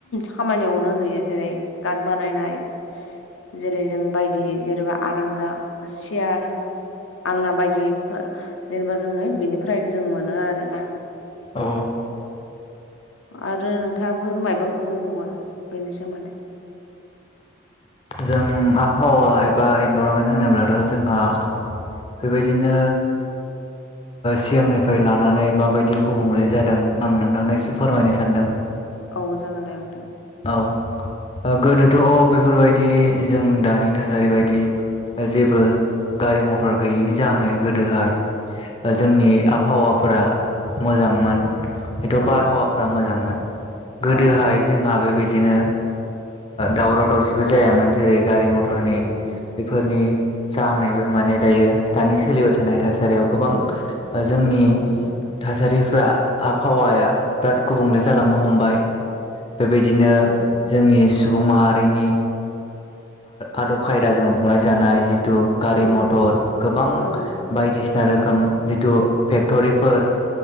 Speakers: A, on the left; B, on the left.
A: खामानियावनो होयो जेरै गार्ड बानायनाय जेरै जों बायदि जेनेबा आरांगा सियार आलना बायदिफोर जेनेबा जोङो बेनिफ्रायनो जों मोनो आरो ना
B: औ
A: आरो नोंथाङाफोर मायाबाफोर बुंबावगोन नामा बेनि सोमोन्दै?
B: जों आबहावा एबा इनभाररनमेन्ट होनोब्लाथ' जोंहा बेबायदिनो सिगांनिफ्राय लानानै माबायदि गुबुंले जादों आं नोंथांनो एसे फोरमायनो सानदों
A: औ जागोन दे नोंथां
B: औ गोदोथ' बेफोरबायदि जों दानि थासारि बायदि जेबो गारि मथर गैयैनि जाहोनै गोदोहाय
A: औ
B: जोंनि आबहावाफोरा मोजांमोन हथ'
A: औ
B: बारहावाफ्रा मोजांमोन गोदोहाय
A: औ
B: जोंहा बेबायदिनो दावराव दावसिबो जायामोन जेरै गारि मथरनि
A: औ
B: बेफोरनि जाहोननायबो माने दायो दानि सोलिबाय थानाय थासा सारियाव
A: औ
B: गोबां जोंनि
A: औ नंगौ नोंथां
B: थासारिफ्रा आबहावाया बिराद गुबुंले जालांनो हमबाय बेबायदिनो
A: औ
B: जोंनि सुबुं माहारिनि आदब खायदाजों बनाय जानाय जि थु गारि
A: औ
B: मथर गोबां
A: औ
B: बायदिसिना रोखोम जिथु फेक्ट'रिफोर